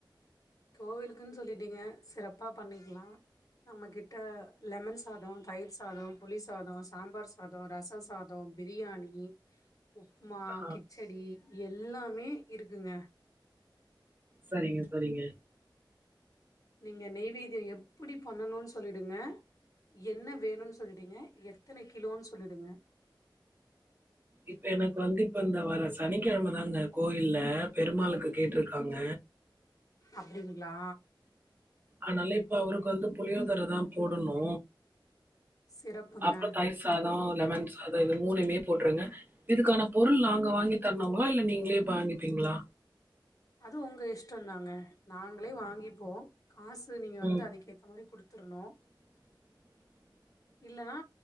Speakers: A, on the left (about 45°); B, on the right (about 25°).
A: கோவிலுக்குன் சொல்லிட்டீங்க சிறப்பா பண்ணிக்லா நம்ம கிட்ட லெமன் சாதோ தயிர் சாதோ புளி சாதோ சாம்பார் சாதோ ரச சாதோ பிரியாணி உப்மா
B: ஆ
A: கிச்சடி எல்லாமே இருக்குங்க
B: சரிங்க சரிங்க
A: நீங்க நெய்வெய்திய எப்புடி பண்ணணுனு சொல்லிடுங்க என்ன வேணுன்னு சொல்லிடுங்க எத்தன கிலோன்னு சொல்லிடுங்க
B: இப்ப எனக்கு வந்து இப்ப இந்த வர சனிக்கிழமதாங்க கோயில்ல பெருமாளுக்கு கேட்ருக்காங்க
A: அப்டிங்ளா
B: அனால இப்ப அவர்க்கு வந்து புளியோதரதா போடணூ
A: சிறப்புங்க
B: அப்றோ தயிர்சா சாத லெமன் சாத இது மூனைமே போட்ருங்க இதுக்கான பொருள் நாங்க வாங்கி தரனுங்ளா இல்ல நீங்ளே வாங்கிப்பீங்ளா
A: அது உங்க இஷ்டம்தாங்க நாங்ளே வாங்கிப்போ காசு நீங்க வந்து
B: ம்,
A: அதுக்கேத்த மாரி குடுத்துர்ணு
B: <inaudible>
A: இல்லனா